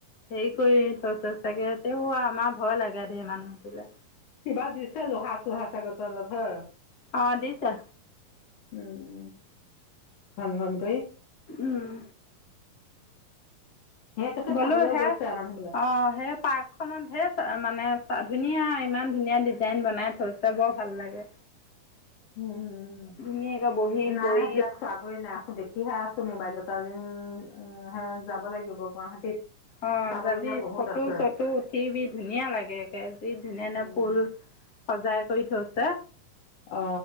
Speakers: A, on the left; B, on the left.
A: হেৰি কৰি থ চচ চাগে তে আমাৰ ভয় লাগে ঢেৰ মানুহটো
B: কিবা দিছে লোহা চুহাঁচ আগৰ তলত হ
A: অ দিছে
B: উম ঘংন ঘংন কৈ
A: উম
B: সিহঁতকে
A: গলো
B: চাবলৈ
A: হে
B: গৈছে আৰু মানুহ বিলাক
A: অ সেই পাৰ্কখনত হে মানে ধুনীয়া ইমান ধুনীয়া ডিজাইন বনাই থৈছে বৰ ভাল লাগে।
B: উম
A: ধুনীয়াকৈ বহি
B: নাই
A: কৰি
B: সেইবিলাক চোৱাগৈ নাই দেখিহে আছো মোবাইলত। দিন উ হে যাব লাগিব গুৱাহাটীত।
A: অ
B: চাবলগীয়া
A: যাবি
B: বহুত
A: ফটো
B: আছে
A: চটো উঠিবি ধুনীয়া লাগেে যি ধুনীয়া
B: উম
A: ধু ফুল সজাই। কবি থছে।
B: অ